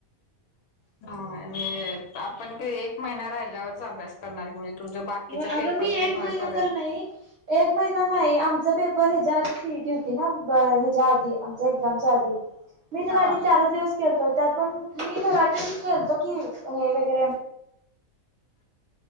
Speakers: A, on the left; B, on the right.
A: ह आणि आपण एक महिना राहिल्यावरच अभ्यास करणार क तुमच्या बाकीच
B: अगं
A: पेपर
B: मी
A: ते
B: एक
A: न
B: महिना
A: होईपर्यंत
B: तर नाही एक महिना नाही आमचा पेपर ह्याच्या आधी सीटी होती ना ह्याच्या आधी आमच्या एक्झामच्या आधी मी तर
A: हा
B: आधी चारच दिवस केलतो त्यात पण मी घरातून केलतो की हे वगरे